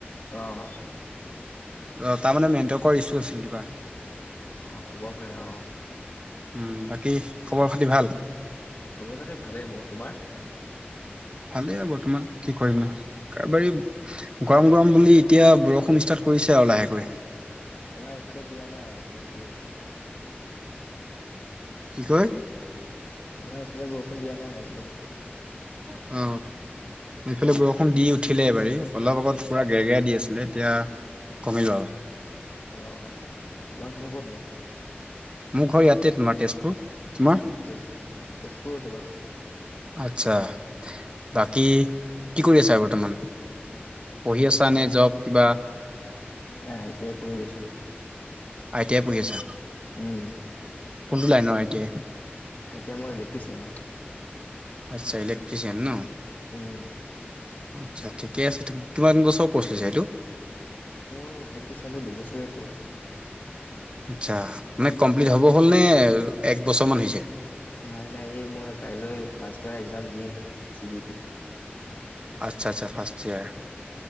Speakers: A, on the left (about 50°); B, on the right (about 25°).
A: অঁ,
B: অ তাৰমানে নেণ্টৱৰ্কৰ ইছ্যু আছিল কিবা।
A: অ হ'ব পাৰে অ।
B: উম বাকী খবৰ খাতি ভাল।
A: খবৰ খাতি ভালেই মোৰ, তোমাৰ?
B: ভালেই আৰু বৰ্তমান কি কৰিম নো এবাৰ, গৰম গৰম বুলি এতিয়া বৰষুণ ষ্টাৰ্ট কৰিছে আৰু লাহেকৈ।
A: আমাৰ এইফালে দিয়া নাই দেখোন বৰষুণ,
B: কি কয়।
A: আমাৰ এইফালে বৰষুণ দিয়া নাই বোলো।
B: অ, এইফালে বৰষুণ দি উঠিলে এবাৰি অলপ আগত পুৰা গেৰ গেৰাই দি আছিলে এতিয়া। কমিল আৰু
A: অ অ তোমাৰ ঘৰ কত নো।
B: মোৰ ঘৰ ইয়াতে তোমাৰ তেজপুৰ তোমাৰ।
A: তেজ মোৰ তেজপুৰতে বাৰু
B: আচ্ছা বাকী কি কৰি আছা বৰ্তমান।
A: বৰ্তমান
B: পঢ়ি আছা
A: মই
B: নে
A: আই
B: জব কিবা
A: নাই নাই আই টি আই পঢ়ি আছো মই।
B: আই টি আই পঢ়ি আছা
A: উম,
B: কোনটো লাইনৰ I T I.
A: I T I মই ইলেক্ট্ৰিচিয়ানৰ।
B: আচ্ছা ইলেক্ট্ৰিচিয়ান ন।
A: উম,
B: আচ্ছা ঠিকে আছে তুমি কিমান বছৰ কৌছ লৈছা এইটো।
A: মোৰ ইলেক্ট্ৰিচিয়ান টো দুবছৰীয়া কৰ্ছ
B: আচ্ছা মানে কমপ্লিট হ'ব হ'লনে এক বছৰমান হৈছে
A: নাই নাই এই মই কাইলৈ ফাৰ্ষ্ট ইয়েৰৰ একজাম দিমহে চি বি এ টি
B: আচ্ছা আটছা ফাৰ্ষ্ট ইয়াৰ